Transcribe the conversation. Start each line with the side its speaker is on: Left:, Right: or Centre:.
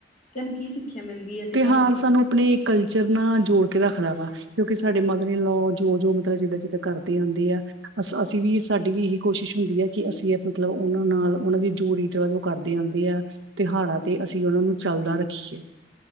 Left: ਤਿੰਨੋ ਕੀ ਸਿੱਖਿਆ ਮਿਲਦੀ ਹੈ। ਤਿਉਹਾਰਾਂ
Right: ਤਿਉਹਾਰ
Left: ਤੋਂ
Right: ਸਾਨੂੰ ਆਪਣੇ ਕਲਚਰ ਨਾਲ ਜੋੜ ਕੇ ਰੱਖਦਾ ਵਾ ਕਿਉਂਕਿ ਸਾਡੇ ਮਦਰ ਇਨਲੋ ਜੋ ਜੋ ਮਤਲਬ ਜਿੱਦਾਂ ਜਿੱਦਾਂ ਕਰਦੇ ਆਂਦੇ ਆ ਅ ਅਸੀਂ ਵੀ ਸਾਡੀ ਵੀ ਇਹੀ ਕੋਸ਼ਿਸ਼ ਹੁੰਦੀ ਹੈ, ਕਿ ਅਸੀਂ ਮਤਲਬ ਉਹਨਾਂ ਨਾਲ ਉਹਨਾਂ ਦੀ ਜੋ ਰੀਤਵਾਜ਼ ਕਰਦੇ ਆਉਂਦੇ ਆ, ਤਿਉਹਾਰਾਂ ਤੇ ਅਸੀਂ ਉਹਨਾਂ ਨੂੰ ਚੱਲਦਾ ਰੱਖੀਏ।